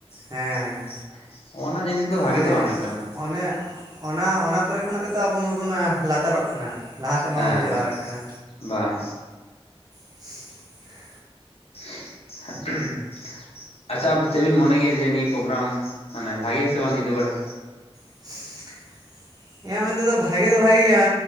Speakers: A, on the right; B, on the left.
A: ᱦᱮᱸ
B: ᱾ <unintelligible> ᱚᱱᱟ ᱡᱤᱱᱤᱥ ᱠᱚᱫᱚ ᱵᱷᱟᱜᱮ
A: ᱢᱟᱱᱮ
B: ᱫᱚ ᱵᱟᱝ ᱦᱩᱭᱩᱜ ᱠᱟᱱᱟ᱾
A: ᱚᱱᱮ ᱚᱱᱟ ᱚᱱᱟ ᱠᱚᱨᱮ ᱠᱷᱚᱱᱟᱜ ᱜᱮᱛᱚ ᱟᱵᱚᱢ ᱢᱟᱵᱚᱱ ᱞᱟᱛᱟᱨᱚᱜ ᱠᱟᱱᱟ᱾ ᱞᱟᱦᱟ ᱥᱮᱫ
B: ᱦᱮᱸ
A: ᱵᱟᱝᱵᱚᱱ ᱪᱟᱞᱟᱣ ᱫᱟᱲᱮᱭᱟᱜ ᱠᱟᱱᱟ
B: ᱵᱟᱝ,
A: <inaudible>
B: <unintelligible> ᱟᱪᱪᱷᱟ ᱟ ᱪᱮᱫ ᱵᱤᱱ ᱢᱚᱱᱮ ᱜᱮᱭᱟ ᱡᱮ ᱱᱤᱭᱟᱹ ᱯᱨᱳᱜᱨᱟᱢ ᱢᱟᱱᱮ ᱵᱷᱟᱜᱮᱭᱟ ᱥᱮ ᱵᱟᱝ ᱧᱤᱫᱟᱹ ᱵᱟᱲᱟ?
A: <unintelligible> ᱮᱭᱟ ᱩᱱᱤ ᱛᱮᱫᱚ ᱵᱷᱟᱜᱮ ᱫᱚ ᱵᱷᱟᱜᱮᱭᱟ,